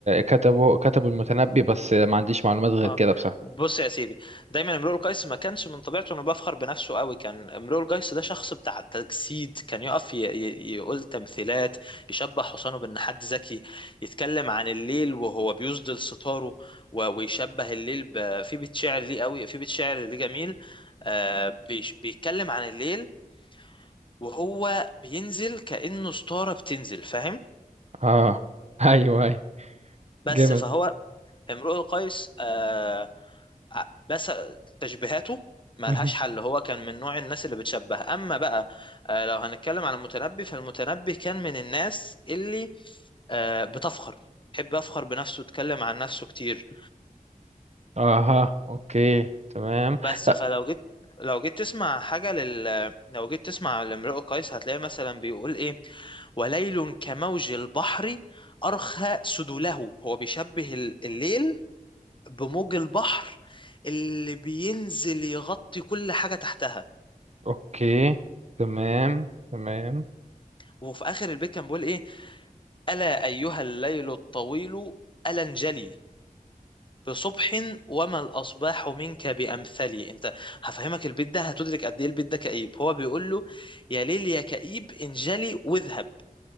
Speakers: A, on the right; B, on the left.
A: كتبوا كتبوا المتنبي بس ما عنديش معلومات غير
B: اه
A: كده بصراحة
B: بص يا سيدي دايما امرؤ القيس ما كانش من طبيعته انه بيفخر بنفسه قوي كان امرؤ القيس ده شخص بتاع التجسيد كان يقف ي... ي... يقول تمثيلات يشبه حسانه بان حد ذكي يتكلم عن الليل وهو بيسدل ستاره و... ويشبه الليل ب... في بيت شعر ليه قوي في بيت شعر ليه جميل آه بيش... بيتكلم عن الليل وهو بينزل كأنه ستارة بتنزل فاهم
A: اه <laughs> ايوه ايوه
B: بس
A: جامد
B: فهو امرؤ القيس آه، ع- بس تشبيهاته ملهاش
A: مهم.
B: حل هو كان من نوع الناس اللي بتشبه اما بقى آه، لو هنتكلم عن المتنبي فالمتنبي كان من الناس اللي آه، بتفخر يحب يفخر بنفسه يتكلم عن نفسه كتير
A: اها اوكي تمام
B: بس
A: لا
B: فلو جيت لو جيت تسمع حاجة لل لو جيت تسمع لامرؤ قيس هتلاقي مثلا بيقول ايه وليل كموج البحر أرخى سدوله هو بيشبه ال- الليل بموج البحر اللي بينزل يغطي كل حاجة تحتها
A: اوكي تمام تمام
B: وفي اخر البيت كان بيقول ايه الا ايها الليل الطويل الا انجلي بصبح وما الاصباح منك بامثلي انت هفهمك البيت ده هتدرك قد ايه البيت ده كئيب هو بيقول له يا ليل يا كئيب انجلي واذهب